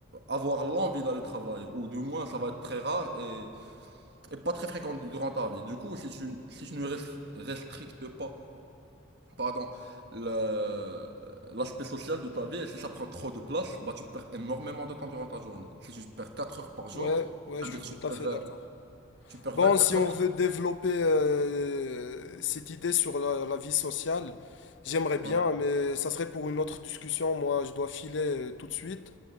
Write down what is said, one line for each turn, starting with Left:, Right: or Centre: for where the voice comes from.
Right: avoir l'envie d'aller travailler, ou du moins, ça va être très rare et, et pas très fréquent durant ta vie. Du coup, si tu, si tu ne res- restrictes pas pardon, le- l'aspect social de ta vie. Et si ça prend trop de place, bah, tu perds énormément de temps durant ta journée. Si tu perds 4 heures par jour,
Left: Ouais, ouais,
Right: c'est-à-dire
Left: je suis
Right: que
Left: tout
Right: tu perds,
Left: à fait
Right: euh,
Left: d'accord.
Right: tu perds
Left: Bon,
Right: 24
Left: si on
Right: heures.
Left: veut développer euh, cette idée sur la, la vie sociale, j'aimerais bien,
Right: Ouais,
Left: mais ça serait pour une autre discussion. Moi, je dois filer euh, tout de suite.